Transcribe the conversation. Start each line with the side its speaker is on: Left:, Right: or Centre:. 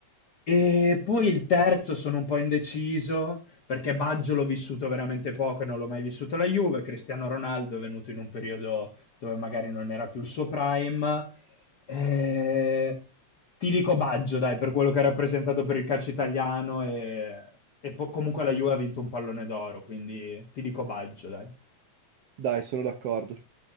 Left: E poi il terzo sono un po' indeciso, perché Baggio l'ho vissuto veramente poco e non l'ho mai vissuto la Juve, Cristiano Ronaldo è venuto in un periodo dove magari non era più il suo prime. Eh, ti dico Baggio, dai, per quello che ha rappresentato per il calcio italiano e, e po- comunque la Juve ha vinto un pallone d'oro, quindi ti dico Baggio, dai.
Right: Dai, sono d'accordo.